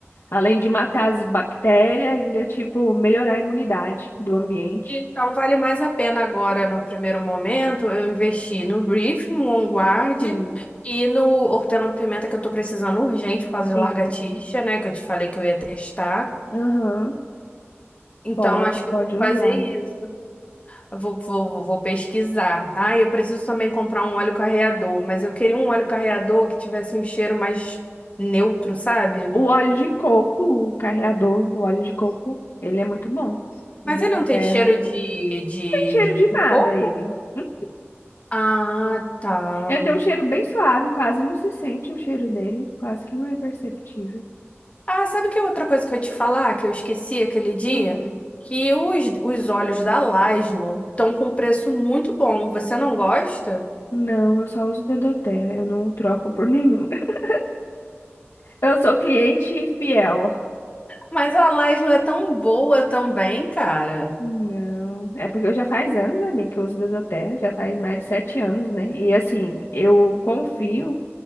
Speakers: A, on the left (about 80°); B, on the left (about 30°).
A: além de matar as bactérias, ainda tipo melhorar a imunidade do ambiente.
B: Então, vale mais a pena agora, no primeiro momento, eu investi no Brief, no On Guard
A: Sim,
B: e no hortelã-pimenta que eu tô precisando urgente por causa de
A: sim.
B: largatixa, né? Que eu te falei que eu ia testar.
A: Aham,
B: Então,
A: pode,
B: acho que
A: pode
B: eu vou
A: usar.
B: fazer isso. Eu vou, vou, vou vou pesquisar. Ah, eu preciso também comprar um óleo carreador, mas eu queria um óleo carreador que tivesse um cheiro mais neutro, sabe?
A: O óleo de coco, o carreador, o óleo de coco, ele é muito bom, o
B: Mas
A: da
B: ele não tem
A: terra.
B: cheiro de, de
A: tem cheiro de
B: de
A: nada
B: coco?
A: ele. Hum?
B: Ah, tá.
A: Ele tem um cheiro bem suave, quase não se sente o cheiro dele, quase que não é perceptível.
B: Ah, sabe que é outra coisa que eu ia te falar, que eu esqueci aquele dia?
A: Ah,
B: Que os, os óleos da Laszlo estão com preço muito bom. Você não gosta?
A: Não, eu só uso Terra, eu não troco por nenhum. <laughs> Eu sou cliente fiel.
B: Mas a Laszlo é tão boa também, cara.
A: Não, é porque eu já faz anos, amiga, que eu uso Terra, já faz mais de sete anos, né? E assim, eu confio,